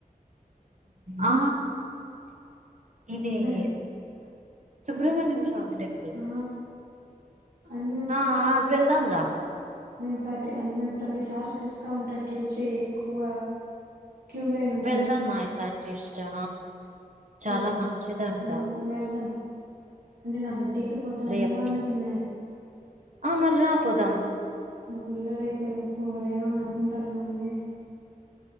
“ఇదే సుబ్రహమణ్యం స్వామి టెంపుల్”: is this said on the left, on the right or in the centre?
Right